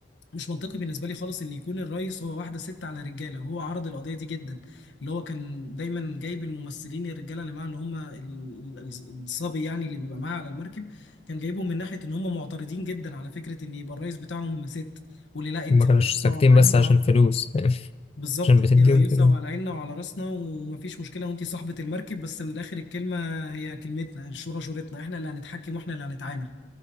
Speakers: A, on the left; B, on the left.
A: مش منطقي بالنسبه لي خالص ان يكون الرئيس هو واحده ست على رجاله وهو عرض القضيه دي جدا اللي هو كان دايما جايب الممثلين الرجاله اللي معاه اللي هم ال- ال- الصبي يعني اللي بيبقى معاه على المركب كان جايبهم من ناحيه ان هم معترضين جدا على فكره ان يبقى الرئيس بتاعهم ست واللي لا انت
B: ما كانوش ساكتين
A: على عيني
B: بس عشان فلوس <laughs>
A: بالظبط
B: عشان
A: انت
B: بتديهم
A: رئيسة
B: فلوس
A: وعلى عيننا وعلى راسنا ومفيش مشكلة وانت صاحبة المركب بس من الآخر الكلمة هي كلمتنا الشورى شورتنا احنا اللي هنتحكم واحنا اللي هنتعامل